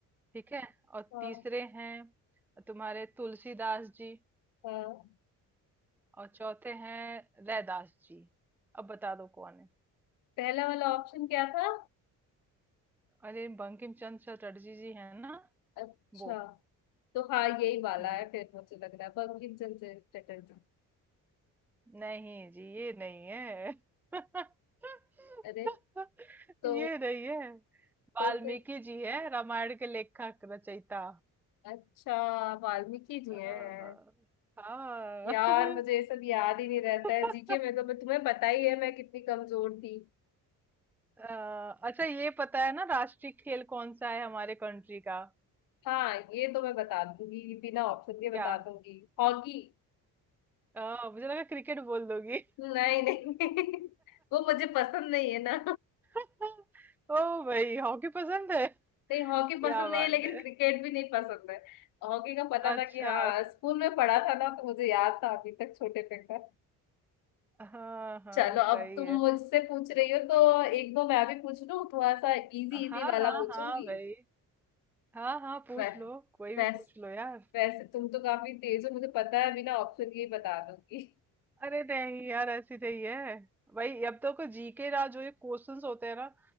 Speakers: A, in the centre; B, on the left.
A: ठीक है और
B: हाँ
A: तीसरे हैं तुम्हारे तुलसीदास जी
B: हाँ
A: और चौथे हैं रैदास जी अब बता दो कौन है
B: पहला वाला ऑप्शन क्या था
A: अरे बंकिम चंद्र चटर्जी जी है ना
B: अच्छा
A: वो
B: तो हाँ यही वाला
A: हम्म।
B: है फिर मुझे लग रहा है बंकिम चंद्र चटर्जी
A: नहीं जी ये नहीं है <laughs>
B: अरे तो
A: ये नहीं है
B: तो
A: वाल्मीकि
B: फिर
A: जी है रामायण के लेखक रचयिता
B: अच्छा वाल्मीकि जी
A: हाँ
B: हैं
A: हाँ।
B: यार मुझे ये सब याद ही नहीं रहता
A: <laughs>
B: है जीके में तो मैं तुम्हें पता ही है मैं कितनी कमजोर थी
A: अ, अच्छा ये पता है ना राष्ट्रीय खेल कौन सा है हमारे कंट्री का
B: हाँ ये तो मैं बता दूंगी बिना ऑप्शन के
A: क्या
B: बता दूंगी हॉकी
A: अ, मुझे लगा क्रिकेट बोल दोगी
B: नहीं नहीं <laughs> वो मुझे पसंद नहीं है ना
A: <laughs> ओ भाई हॉकी पसंद है
B: नहीं हॉकी
A: क्या
B: पसंद नहीं
A: बात
B: है लेकिन
A: है
B: क्रिकेट भी नहीं पसंद है हॉकी का पता
A: अच्छा
B: था कि हाँ स्कूल में पढ़ा था ना तो मुझे याद था अभी तक छोटे पे का
A: हाँ हाँ
B: चलो
A: सही
B: अब तुम
A: है
B: मुझसे पूछ रही हो तो एक दो मैं भी पूछ लूं थोड़ा सा इजी इजी
A: हाँ
B: वाला
A: हाँ
B: पूछूंगी
A: हाँ भाई हाँ हाँ पूछ
B: वै,
A: लो कोई भी
B: वैस,
A: पूछ लो यार
B: वैसे तुम तो काफी तेज हो मुझे पता है बिना ऑप्शन के ही बता दूंगी
A: अरे नहीं यार ऐसी नहीं है भाई अब तो को जीके ना जो ये क्वेश्चंस होते हैं ना